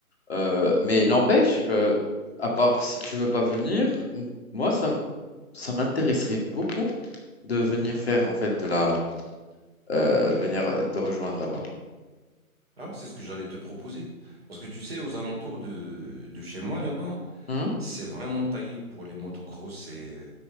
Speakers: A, on the left; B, on the right.
A: Euh, mais n'empêche, euh, à part si tu veux pas venir, m- moi, ça, m- ça m'intéresserait beaucoup de venir faire, en fait, de la... euh, venir euh, te rejoindre là-bas.
B: Ah c'est ce que j'allais te proposer. Parce que tu sais, aux alentours de, de chez moi là-bas,
A: Hein
B: c'est vraiment taillé pour les motocross et, euh,